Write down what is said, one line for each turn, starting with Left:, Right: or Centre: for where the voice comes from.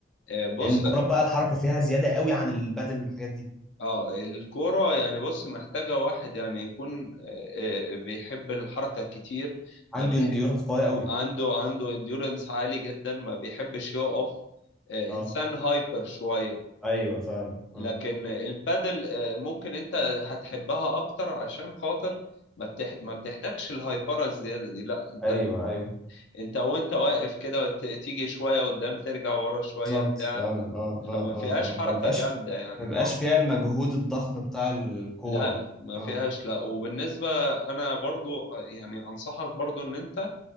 Left: آه، بص
Centre: لأن الكورة بقى الحركة فيها زيادة قوي عن البادل والحاجات دي
Left: اه الكورة يعني بص محتاجة واحد يعني يكون آه، آه، بيحب الحركة كتير ما
Centre: عنده
Left: بيحب
Centre: انديورنس قوية قوي
Left: عنده عنده انديورنس عالي جدا ما بيحبش يقف آه،
Centre: أه
Left: انسان هايبر شوية
Centre: أيوه فعلا أه
Left: لكن البادل آه، ممكن انت هتحبها اكتر عشان خاطر ما بتح... ما بتحتاجش الهايبره الزياده دي لا انت
Centre: أيوه أيوه
Left: انت وانت واقف كده وت- تيجي شويه قدام ترجع ورا شويه
Centre: بالظبط
Left: بتاع
Centre: فعلا اه اه
Left: فما
Centre: اه
Left: فيهاش
Centre: اه
Left: حركه
Centre: فمبقاش
Left: جامده يعني
Centre: مبقاش
Left: اه
Centre: فيها المجهود الضخم بتاع الكورة
Left: لا لا ما
Centre: اه
Left: فيهاش لا وبالنسبه انا برضو آه، يعني انصحك برضو ان انت